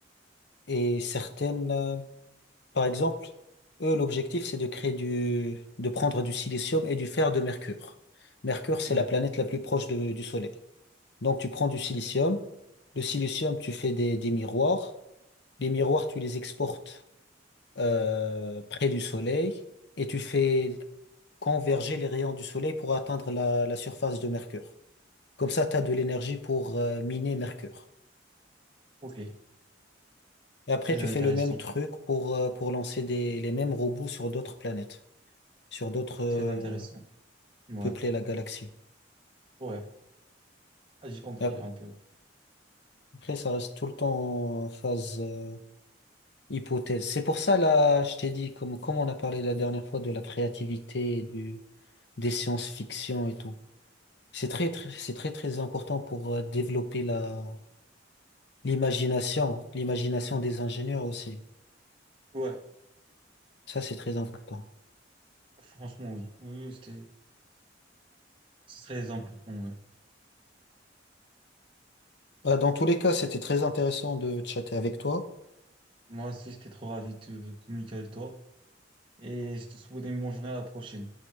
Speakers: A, on the left; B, on the right.
A: Et certaines, euh, par exemple, eux, l'objectif, c'est de créer du, de prendre du silicium et du fer de Mercure. Mercure, c'est
B: Ouais.
A: la planète la plus proche de- du Soleil. Donc, tu prends du silicium. Le silicium, tu fais des, des miroirs. Les miroirs, tu les exportes euh, près du soleil et tu fais converger les rayons du soleil pour atteindre la, la surface de Mercure. Comme ça, tu as de l'énergie pour euh, miner Mercure.
B: Ok.
A: Et après,
B: Très
A: tu
B: intéressant.
A: fais le même truc pour, euh, pour lancer des, les mêmes robots sur d'autres planètes, sur d'autres euh,
B: Très intéressant. Ouais,
A: peupler la galaxie.
B: ouais. Ah, j'ai compris
A: Ap-
B: un peu.
A: Après, ça reste tout le temps en phase. euh, Hypothèse. C'est pour ça, là, je t'ai dit, comme, comme on a parlé la dernière fois de la créativité et du, des sciences-fiction et tout. C'est très, très, c'est très, très important pour euh, développer la, l'imagination, l'imagination des ingénieurs aussi.
B: Ouais,
A: Ça, c'est très important.
B: franchement, oui. Oui, oui, c'était, c'est très important, ouais.
A: Euh, dans tous les cas, c'était très intéressant de chatter avec toi.
B: Moi aussi, j'étais trop ravi de communiquer avec toi. Et je te souhaite une bonne journée à la prochaine.